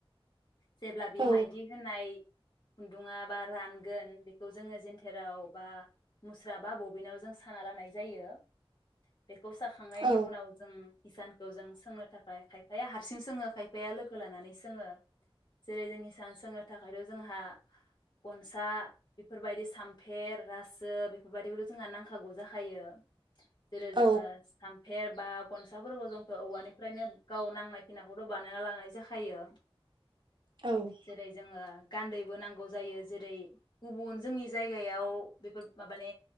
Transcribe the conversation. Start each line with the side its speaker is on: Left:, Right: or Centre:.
Left: जेब्ला बे
Right: औ
Left: माइदि होनाय खुन्दुङा बा रानगोन बेखौ जोङो जेनथोराव बा मुस्रा बा बबिनाव जों साना लानाय जायो। बेखौ साखांनायनि
Right: औ
Left: उनाव जों हिसान, खौ जों सोंनो थाखाय खायफाया हारसिं सोङो खायफाया लोगो लानानै सोङो। जेरै जोंनि हिसान सोंनो थाखायरो जोंहा गनसा बेफोरबायदि सामफेर रा सो बेफोरबायदिखौथ' जोंहा नांखागौ जाखायो। जेरै
Right: औ
Left: जोङो सामफेर बा गनसाफोरखौ जोंथ' औवानिफ्रायनो गाव नांनाय खिनिखौथ' बानायना लानानै जाखायो।
Right: औ
Left: जेरै जोङो गान्दैबो नांगौ जायो जेरै गुबुन जोंनि जायगायाव बेफोर माबानि